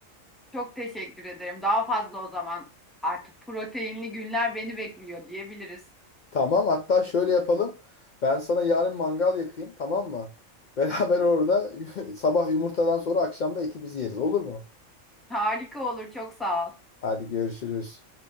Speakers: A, in the centre; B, on the left.
A: Çok teşekkür ederim. Daha fazla o zaman artık proteinli günler beni bekliyor diyebiliriz.
B: Tamam hatta şöyle yapalım. Ben sana yarın mangal yakayım tamam mı? Beraber orada <laughs> sabah yumurtadan sonra akşam da etimizi yeriz olur mu?
A: Harika olur. Çok sağ ol.
B: Hadi görüşürüz.